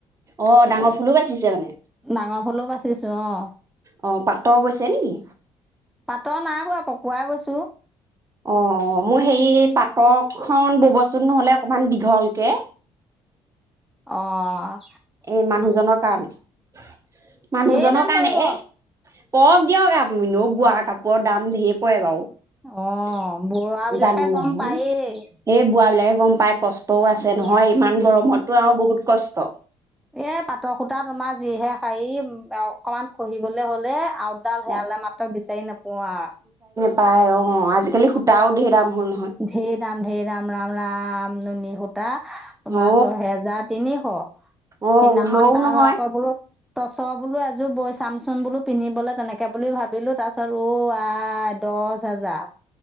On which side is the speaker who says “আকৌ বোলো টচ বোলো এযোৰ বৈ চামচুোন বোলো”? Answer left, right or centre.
Centre